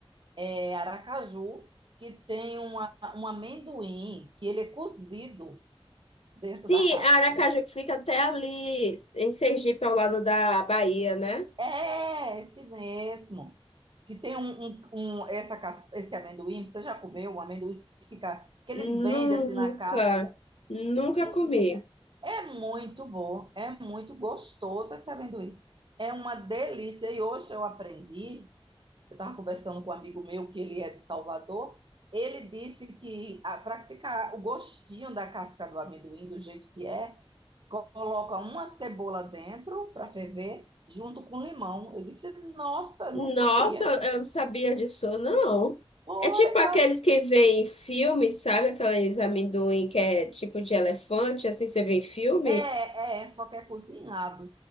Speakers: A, on the right; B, on the left.
A: é Aracaju, que tem uma, um amendoim que ele é cozido dentro
B: Sim,
A: da casca.
B: Aracaju que fica até ali em Sergipe, ao lado da Bahia, né?
A: É, esse mesmo. Que tem um, um- um- essa, cas- esse amendoim, você já comeu? Um amendoim que fica, que
B: Nunca,
A: eles vendem assim na casca.
B: nunca
A: Menina,
B: comi.
A: é muito bom, é muito gostoso esse amendoim. É uma delícia. E hoje eu aprendi Eu estava conversando com um amigo meu, que ele é de Salvador. Ele disse que para ficar o gostinho da casca do amendoim do jeito que é, co- coloca uma cebola dentro para ferver, junto com limão. Eu disse, nossa, não
B: Nossa,
A: sabia.
B: eu não sabia disso, não.
A: Pois
B: É tipo aqueles que vê em filme, sabe? Aqueles amendoim que é tipo de elefante, assim você vê em filme.
A: é, é, só que é cozinhado.